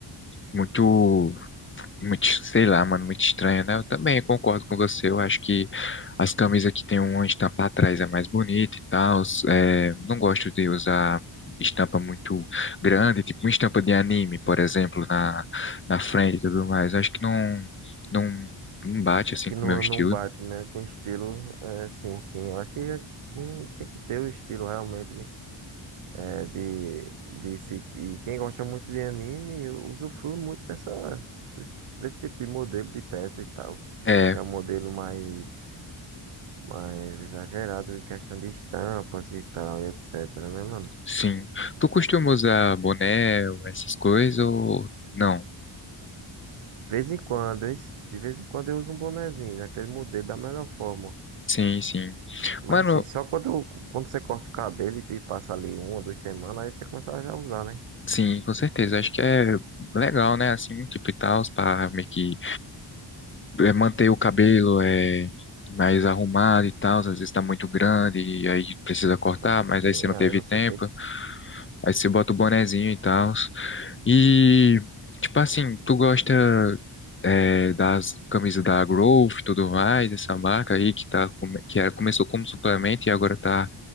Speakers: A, on the left (about 25°); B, on the right (about 85°).
A: muito Muito, sei lá, mano, muito estranho, né? Eu também concordo com você. Eu acho que as camisas que tem uma estampa atrás é mais bonita e tal. É, não gosto de usar estampa muito grande, tipo uma estampa de anime, por exemplo, na, na frente e tudo mais. Acho que não, não, não bate assim
B: que
A: com
B: não,
A: o meu estilo.
B: não bate, né? Com estilo, é, sim, sim. Eu acho que quem tem que ter o estilo realmente é, de, de se, e quem gosta muito de anime usufrui muito dessa, desse desse tipo de modelo de peça e tal,
A: É,
B: que é um modelo mais mais exagerado em questão de estampas e tal, e etc, né, mano?
A: sim. Tu costuma usar boné, ou essas coisas ou não?
B: De vez em quando, es- de vez em quando eu uso um bonezinho, daquele modelo da melhor forma.
A: Sim, sim.
B: Mas
A: Mano,
B: assim, só quando, quando você corta o cabelo e e passa ali uma ou duas semanas, aí você começa a já usar, né?
A: Sim, com certeza. Acho que é legal, né? Assim, um tipo e tal, para meio que é, manter o cabelo é, mais arrumado e tal. Às vezes tá muito grande e aí precisa cortar,
B: Sim,
A: mas aí você não teve
B: aí você
A: tempo.
B: tem. que-
A: Aí você bota o bonezinho e tal. E, tipo assim, tu gosta é, das camisas da Growth e tudo mais, essa marca aí que, tá, come- que era, começou como suplemento e agora tá